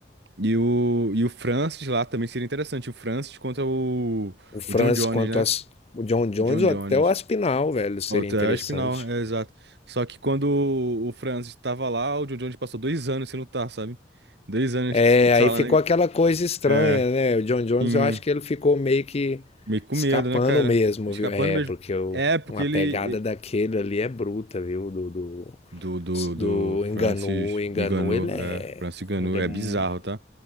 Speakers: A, on the right; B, on the left.
A: E o, e o Francis lá também seria interessante. O Francis contra o,
B: O Francis
A: o John Jones,
B: quanto
A: né?
B: as, o John Jones
A: John
B: ou
A: Jones.
B: até o Aspinall, velho, seria
A: Outra
B: interessante.
A: é Aspinal, é exato. Só que quando o, o Francis tava lá, o John Jones passou dois anos sem lutar, sabe? Dois anos
B: É,
A: falando.
B: aí ficou aquela coisa estranha,
A: É.
B: né? O John Jones,
A: Sim.
B: eu acho que ele ficou meio que
A: Meio com
B: escapando
A: medo, né, cara?
B: mesmo,
A: Escapando
B: viu? É,
A: mesmo.
B: porque o-
A: É, porque
B: uma
A: ele.
B: pegada daquele ali é bruta, viu? Do, do,
A: Do, do, do
B: do
A: Francis
B: Enganu. Enganu,
A: Ngannou,
B: ele é.
A: é. Francis Ngannou,
B: Ele
A: é
B: é. mu-
A: bizarro, tá?